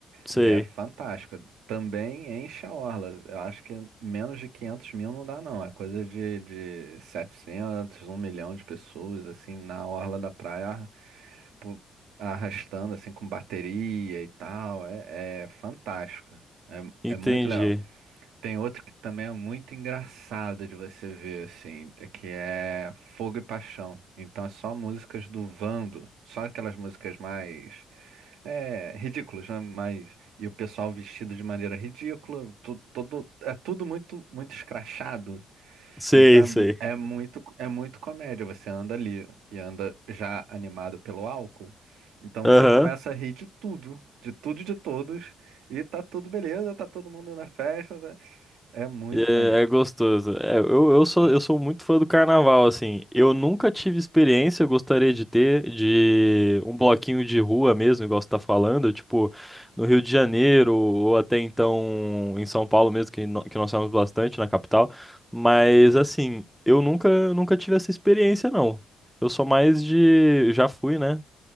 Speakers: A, in the centre; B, on the right.
A: Sei.
B: E é fantástico. Também enche a orla. Eu acho que menos de 500 mil não dá, não. É coisa de, de 700, um milhão de pessoas, assim, na orla da praia, arra- pu- arrastando, assim, com bateria e tal. É, é fantástico. É,
A: Entendi.
B: é muito legal. Tem outro que também é muito engraçado de você ver, assim, é que é Fogo e Paixão. Então é só músicas do Vando, só aquelas músicas mais é, ridículas, né? Mas, e o pessoal vestido de maneira ridícula, tu- todo, é tudo muito muito escrachado.
A: Sei,
B: Então
A: sei.
B: é é muito é muito comédia. Você anda ali e anda já animado pelo álcool. Então você
A: Aham.
B: começa a rir de tudo, de tudo e de todos, e tá tudo beleza, tá todo mundo na festa, tá é muito
A: E É,
B: maneiro.
A: é gostoso. É, eu, eu sou,
B: Ah,
A: eu sou muito fã do carnaval, assim. Eu nunca tive experiência, eu gostaria de ter, de um bloquinho de rua mesmo, igual você tá falando, tipo, no Rio de Janeiro, ou até então em São Paulo mesmo, que, nó- que nós temos bastante na capital. Mas, assim, eu nunca, nunca tive essa experiência, não. Eu sou mais de. Já fui, né?